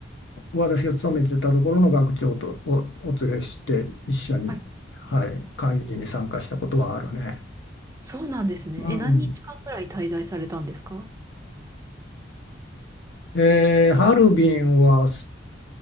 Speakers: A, on the left; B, on the right.
A: 私が勤めてたところの学長とお、お連れして一緒に、
B: はい。
A: はい、会議に参加したことはあるね。
B: そうなんですね。
A: うん、
B: え、何日間くらい滞在されたんですか
A: えーハルビンは